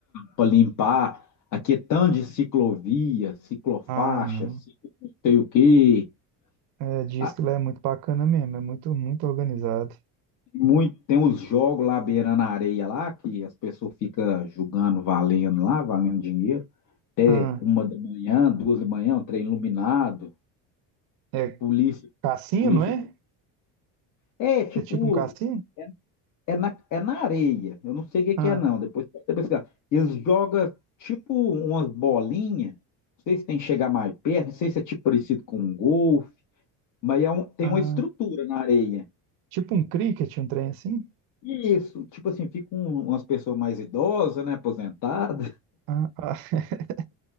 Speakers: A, on the left; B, on the right.
A: para limpar. Aqui é tanto de ciclovia, ciclofaixa,
B: Ah, não.
A: sei o quê.
B: É, diz
A: Ah,
B: que lá é muito bacana mesmo, é muito, muito organizado.
A: Muito, tem uns jogos lá beirando a areia lá, que as pessoas ficam julgando, valendo lá, valendo dinheiro.
B: Ah,
A: Uma da manhã, duas da manhã, um trem iluminado,
B: é
A: polícia,
B: cassino,
A: polícia.
B: não é?
A: É, tipo,
B: É tipo um cassino?
A: é, é na, é na areia. Eu não sei o que
B: Ah,
A: que é, não. Depois pode até pesquisar. Eles jogam tipo umas bolinhas. Não sei se tem que chegar mais perto, não sei se é tipo parecido com um golfe. Mas é um- tem
B: ah,
A: uma estrutura na areia.
B: tipo um cricket, um trem assim?
A: E isso, tipo assim, ficam umas pessoas mais idosas, né, aposentadas.
B: Ah, ah, <laughs>